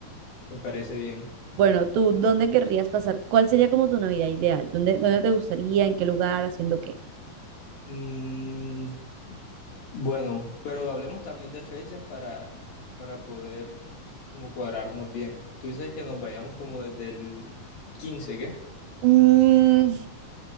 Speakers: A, on the left (about 80°); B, on the right (about 80°).
A: me parece bien.
B: Bueno, tú, ¿dónde querrías pasar? ¿Cuál sería como tu Navidad ideal? ¿Dónde, dónde te gustaría? ¿En qué lugar? ¿Haciendo qué?
A: Mm, Bueno, pero hablemos también de fechas para, para poder como cuadrarnos bien. Tú dices que nos vayamos como desde el 15, ¿qué?
B: Mm,